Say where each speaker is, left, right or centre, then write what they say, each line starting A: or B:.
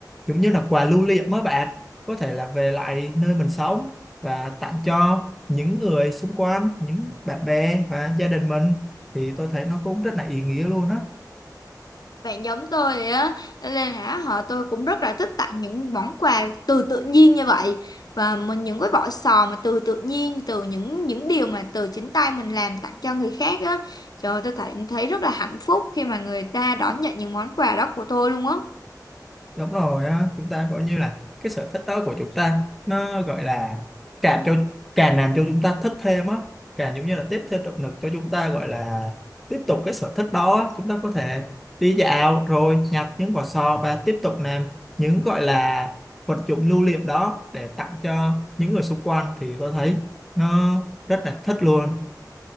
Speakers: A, in the centre; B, on the left (about 65°).
A: giống như là quà lưu niệm mới bạn có thể là về lại nơi mình sống và tặng cho những người xung quanh những bạn bè và gia đình mình thì tôi thấy nó cũng rất là ý nghĩa luôn á
B: bạn giống tôi vậy á Cho nên là họ tôi cũng rất là thích tặng những món quà từ tự nhiên như vậy và mình những cái vỏ sò mà từ tự nhiên từ những những điều mà từ chính tay mình làm tặng cho người khác á trời ơi, tôi thấy thấy rất là hạnh phúc khi mà người ta đón nhận những món quà đó của tôi luôn á
A: đúng rồi á chúng ta gọi như là cái sở thích đó của chúng ta nó gọi là càng cho càng làm cho chúng ta thích thêm á càng giống như là tiếp thêm động lực cho chúng ta gọi là tiếp tục cái sở thích đó á. chúng ta có thể đi dạo rồi nhặt những vỏ sò và tiếp tục làm những gọi là vật dụng lưu niệm đó để tặng cho những người xung quanh thì có thấy nó rất là thích luôn